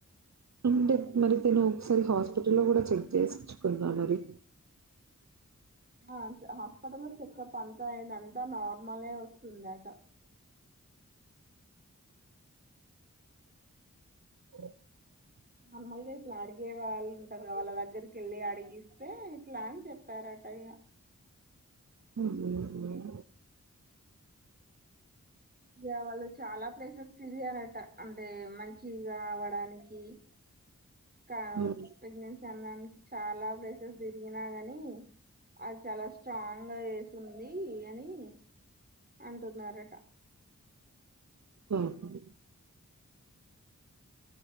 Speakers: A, on the right; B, on the right.
A: అంటే మరి తాను ఒకసారి హాస్పిటల్లో కూడా చెక్ చేసుకుందా మరి
B: ఆ హాస్పిటల్లో చెకప్ అంతా అయింది అంతా నార్మలే ఒస్తుందట
A: <inaudible>
B: మాములుగా ఇట్లా అడిగే వాళ్ళు ఉంటారు గా వాళ్ళ దగ్గరికి ఏళ్ళి అడిగిస్తే ఇట్లా అని చెప్పార అటా ఇగ
A: ఉహు ఉహ్మ్
B: ఇగ వాల్ చాలా ప్లేసెస్ తీరగారట అంటే మంచిగా అవ్వడానికి కా
A: హ్మ్.
B: ప్రెగ్నెన్సీ ఆనందుకు చాలా ప్లేసెస్ తిరిగిన గాని అది చాలా స్ట్రాంగ్ గా చేసుంది అని అంటున్నారట
A: ఉహుహ్మ్